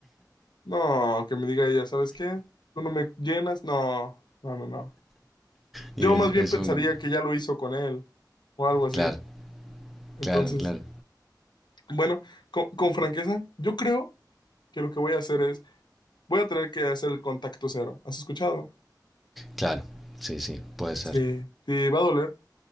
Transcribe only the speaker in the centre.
Y es,
es
un...
Claro,
claro, claro.
Claro, sí, sí, puede ser.